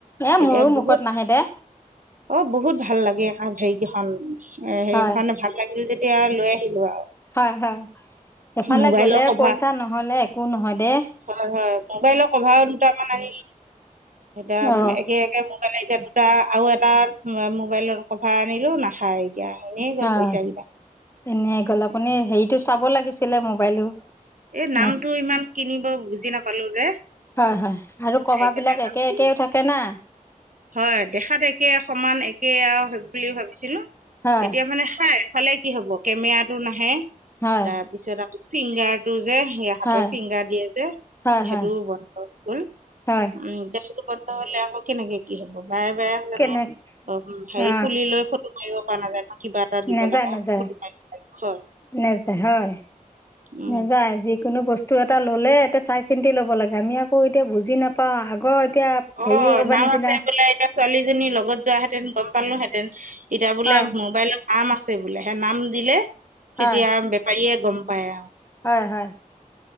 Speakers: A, on the left (about 20°); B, on the right (about 65°).
A: এ
B: এতিয়া
A: মোৰো
B: বহুত
A: মুখত নাহে দে
B: অ', বহুত ভাল লাগ <unintelligible> হেৰি কেইখন এ হেই
A: হয়
B: কাৰণে ভাল লাগিল যেতিয়া লৈ আহিলো আৰু।
A: হয় হয়, এফালে
B: মোবাইলৰ
A: গলে
B: কভাৰ
A: পইচা নহলে একো নহয় দেই।
B: হয় হয়, মোবাইলৰ কভাৰ দুটামান আনিলো। এতিয়া
A: অ
B: একে-একে মোবাইলে এতিয়া দুটা আৰু এটা মোবাইলৰ কভাৰ আনিলো, নাচায় এতিয়া, এনে গ'ল
A: হয়
B: পইচা কেইটা।
A: এনে গ'ল, আপুনি হেৰিটো চাব লাগিছিলে মোবাইলো
B: এই নামটো
A: নেচ
B: ইমান কিনিব বুজি নাপালো যে।
A: হয় হয় আৰু কভাৰ
B: সেইকাৰণে
A: বিলাক
B: নামটো
A: একে একেও থাকে না।
B: হয় দেখাত একে সমান একে আও সেইবুলি ভাবিছিলো,
A: হয়
B: এতিয়া মানে খায় খালে কি হব কেমেৰাটো নাহে
A: হয়
B: তাৰপিছত আকৌ ফিংগাৰটো যে সে হাতৰ
A: হয়
B: ফিংগাৰ দিয়ে যে,
A: হয়
B: সেইটো
A: হয়
B: বন্ধ হল
A: হয়
B: উম এতিয়া সেইটো কাৰ হলে আকৌ কেনেকে কি হব! বাৰে বাৰে জানো
A: কেনে
B: অ হেৰি
A: অ
B: খুলি লৈ ফট টো মাৰিব পৰা নাযায় ন। কিবা এটা দিব
A: নেযায়
B: লগা হ'লে
A: নেযায়
B: ফটো মাৰিব লাগিব হয়
A: নেযায় হয়।
B: উম
A: নেযায় যিকোনো বস্তু এটা ললে এতিয়া চাই চিন্তি ল'ব লাগে আমি আৰু আ এতিয়া বুজি নাপাওঁ আগৰ এতিয়া
B: অ
A: হেৰি একেবাৰে
B: নাম
A: নিচিনা
B: আছে বোলে এতিয়া ছোৱালীজনীৰ লগত যোৱাহেঁতেন গম পালোহেঁতেন, এতিয়া বোলে
A: হয়
B: মোবাইলত নাম আছে বোলে, সে নাম দিলে তেতিয়া
A: হয়
B: বেপাৰীয়ে গম পায় আও।
A: হয় হয়,